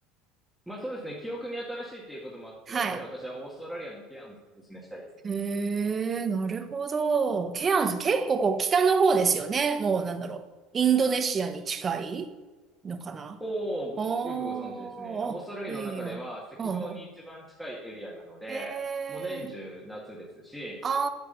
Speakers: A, in the centre; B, on the right.
A: まあそうですね、記憶に新しいということもあって、
B: はい。
A: やっぱり私はオーストラリアのケアンズをお勧めしたいですね。
B: へえ、なるほど。ケアンズ、結構こう、北の方ですよね。もうなんだろう。インドネシアに近いのかなおーあ、
A: おー、ごよくご存知ですね。オーストラリアの中では赤道に一番近いエリアなので、
B: いやいやいや。うんうん。へえ。
A: もう年中夏ですし、
B: あ